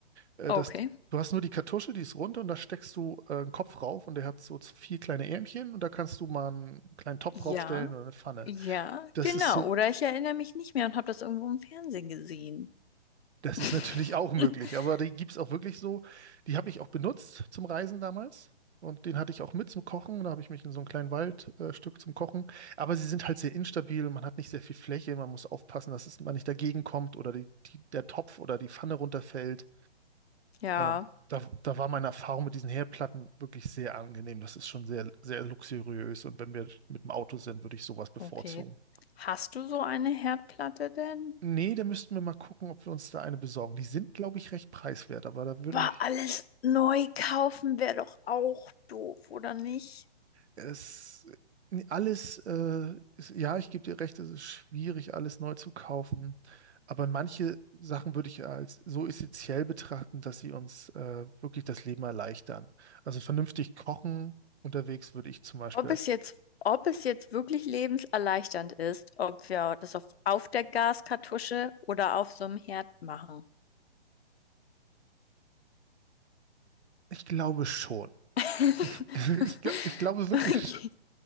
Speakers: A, on the right; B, on the left.
A: Äh,
B: Okay.
A: das, du hast nur die Kartusche, die ist rund und da steckst du äh, einen Kopf rauf und der hat so z- vier kleine Ärmchen und da kannst du mal einen kleinen Topf
B: Ja,
A: raufstellen oder eine Pfanne.
B: ja,
A: Das
B: genau.
A: ist so
B: Oder ich erinnere mich nicht mehr und habe das irgendwo im Fernsehen gesehen.
A: Das
B: <laughs>
A: ist natürlich auch möglich, aber die gibt es auch wirklich so. Die habe ich auch benutzt zum Reisen damals. Und den hatte ich auch mit zum Kochen. Da habe ich mich in so ein kleinen Waldstück äh, Stück zum Kochen. Aber sie sind halt sehr instabil. Man hat nicht sehr viel Fläche. Man muss aufpassen, dass es, man nicht dagegen kommt oder die, die, der Topf oder die Pfanne runterfällt.
B: Ja,
A: Ähm, da, da war meine Erfahrung mit diesen Herdplatten wirklich sehr angenehm. Das ist schon sehr, sehr luxuriös. Und wenn wir mit dem Auto sind, würde ich sowas bevorzugen.
B: okay. Hast du so eine Herdplatte denn?
A: Nee, da müssten wir mal gucken, ob wir uns da eine besorgen. Die sind, glaube ich, recht preiswert, aber da würde
B: Aber alles neu kaufen wäre doch auch doof, oder nicht?
A: Es, alles, äh, ist, ja, ich gebe dir recht, es ist schwierig, alles neu zu kaufen. Aber manche Sachen würde ich als so essentiell betrachten, dass sie uns äh, wirklich das Leben erleichtern. Also vernünftig kochen unterwegs würde ich zum Beispiel
B: Ob
A: als,
B: es jetzt, ob es jetzt wirklich lebenserleichternd ist, ob wir das auf, auf der Gaskartusche oder auf so einem Herd machen.
A: ich glaube schon.
B: <laughs>
A: <laughs> Ich, gla- ich glaube wirklich.
B: Okay.
A: sch-